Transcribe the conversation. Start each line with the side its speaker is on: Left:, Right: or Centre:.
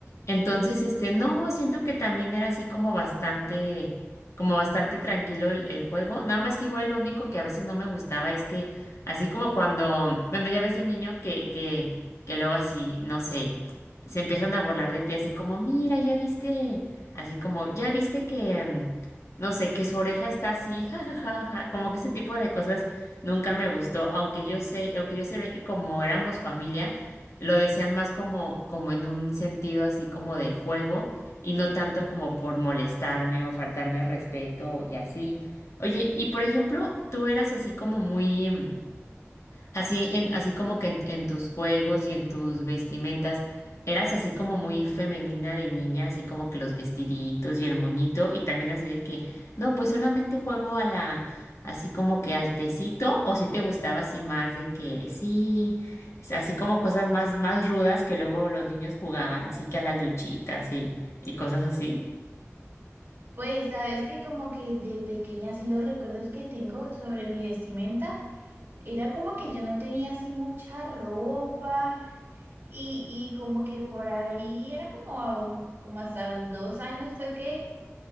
Left: Entonces, este, no, siento que también era así como bastante, como bastante tranquilo el, el juego. Nada más que igual lo único que a veces no me gustaba es que Así como cuando, bueno, ya ves de niño que, que, que luego así, no sé, se empiezan a burlar de ti así como, mira, ya viste, así como, ya viste que, mm, no sé, que su oreja está así, ja, ja, ja, ja", como que ese tipo de cosas nunca me gustó, aunque yo sé, aunque yo sabía que como éramos familia, lo decían más como, como en un sentido así como de juego y no tanto como por molestarme o faltarme al respeto y así. Oye, y por ejemplo, tú eras así como muy... Así, en, así como que en, en tus juegos y en tus vestimentas, eras así como muy femenina de niña, así como que los vestiditos y el moñito, y también así de que, no, pues solamente juego a la, así como que al tecito, o si te gustaba así más de que sí, o sea, así como cosas más, más rudas que luego los niños jugaban, así que a la luchita, así, y cosas así.
Right: Pues sabes que como que de pequeña sí los recuerdos que tengo sobre mi vestimenta Era como que yo no tenía así mucha ropa y, y como que por ahí era como, como hasta los dos años fue que